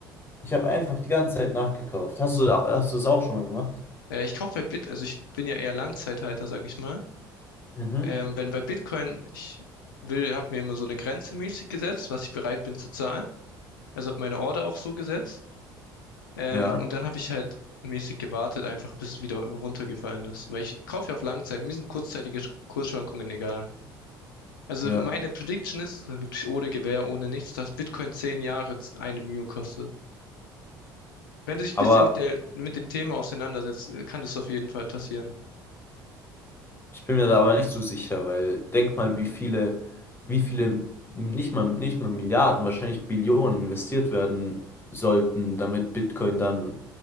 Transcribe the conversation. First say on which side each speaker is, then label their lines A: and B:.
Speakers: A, on the left; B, on the left.
A: Ich habe einfach die ganze Zeit nachgekauft. Hast du, hast du das auch schon mal gemacht?
B: Äh, ich kaufe halt Bit, also ich bin ja eher Langzeithalter, sag ich mal.
A: Mhm.
B: Ähm, wenn bei Bitcoin, ich will, habe mir immer so eine Grenze mäßig gesetzt, was ich bereit bin zu zahlen. Also habe meine Order auch so gesetzt. Ähm,
A: Ja,
B: und dann habe ich halt mäßig gewartet, einfach bis wieder runtergefallen ist. Weil ich kaufe ja auf Langzeit, mir sind kurzzeitige Sch- Kursschwankungen egal. Also
A: ja.
B: meine Prediction ist also wirklich ohne Gewähr, ohne nichts, dass Bitcoin zehn Jahre z- eine Mio kostet. Wenn du dich
A: Aber
B: ein bisschen mit der, mit dem Thema auseinandersetzt, äh, kann das auf jeden Fall passieren.
A: Ich bin mir da aber nicht so sicher, weil denk mal, wie viele, wie viele, nicht mal, nicht mal Milliarden, wahrscheinlich Billionen investiert werden sollten, damit Bitcoin dann